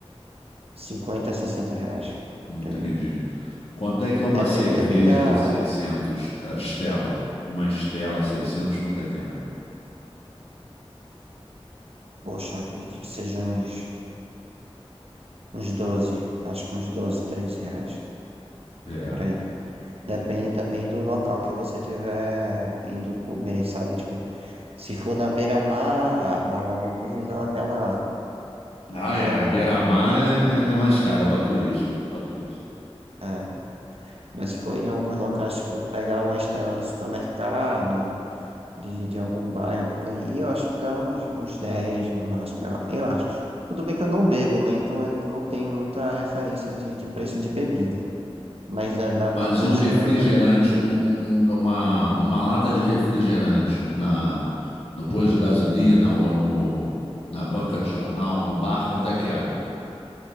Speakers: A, on the right; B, on the left.
A: cinquenta sessenta reais,
B: Entendi.
A: por aí.
B: Quanto é que é uma
A: Depende
B: cerveja
A: também da,
B: de 600 a Stella? Uma Stella 600. quanto é que é?
A: poxa, eu acredito que sejam uns, uns 12, acho que uns doze 13 reais,
B: É.
A: por aí.
B: entendi.
A: Depende também do local que você tiver indo comer, sabe? Tipo, se for na beira-mar, normalmente eles dão aquela,
B: Ah,
A: aquela
B: é,
A: aumentada
B: na beira-mar
A: no preço.
B: é, é- é mais caro, é para turista, para turista.
A: É. Mas se for em alguns locais, tipo, pegar uma estela no supermercado, de, de algum bairro por aí, eu acho que dá uns, uns 10 no máximo, eu, eu acho. Tudo bem que eu não bebo, né? Então eu não tenho muita referência de, de preço de bebida. Mas da, da
B: Mas
A: parmegiana,
B: um refrigerante, um- um- um- uma, uma lata de refrigerante na, no posto de gasolina ou no, na banca de jornal, no bar, quanto é que é?